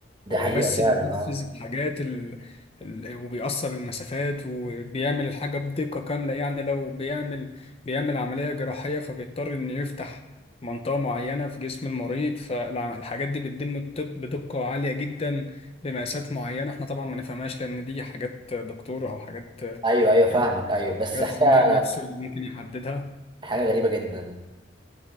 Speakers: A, on the right (about 25°); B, on the left (about 30°).
A: ده
B: هو
A: حقيقة
B: بس
A: فعلا
B: بينفذ
A: اه
B: الحاجات ال... ال... وبيقصر المسافات وبيعمل الحاجة بدقة كاملة يعني لو بيعمل بيعمل عملية جراحية فبيضطر إنه يفتح منطقة معينة في جسم المريض فالحاجات دي بتتم الطب بدقة عالية جدا بمقاسات معينة احنا طبعا ما نفهمهاش لأن دي حاجات دكتور أو حاجات
A: ايوه ايوه فاهمك
B: الذكاء
A: ايوه بس
B: الصناعي
A: حاجة
B: نفسه اللي ممكن يحددها
A: حاجة غريبة جدا